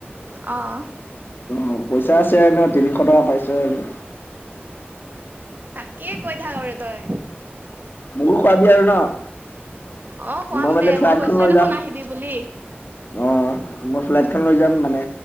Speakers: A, on the right (about 50°); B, on the left (about 60°).
A: অ'।
B: অ, পইচা আছে আৰু ন? তিনিশ টকা পাইছ আৰু।
A: তাকেই কৈ থাক আৰু তই।
B: মোকো খোৱাবি আৰু ন?
A: অ খুৱাম
B: মই মানে
A: দে
B: ফ্লাইটখন
A: কৈছোৱে
B: লৈ যাম,
A: দেখোন আহিবি বুলি
B: অ'। মই ফ্লাইট খন লৈ যাম মানে,